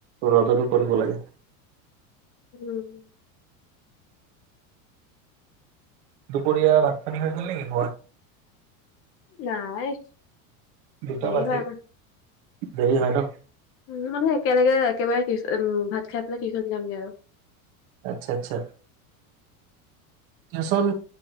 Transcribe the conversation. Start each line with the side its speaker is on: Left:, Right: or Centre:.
Right: ৰ'দতো কৰিব লাগে।
Left: উম।
Right: দুপৰীয়া ভাত পানী হৈ গ'ল নেকি।
Left: নাই
Right: দুটা
Left: দেৰি
Right: বাজিল
Left: হয় আমাৰ।
Right: দেৰি হয় ন।
Left: উম মানে একেলগে একেবাৰে কি উম ভাত খাই পেলাই টিউচন যামগে আৰু
Right: আচ্ছা, আচ্ছা টিউচন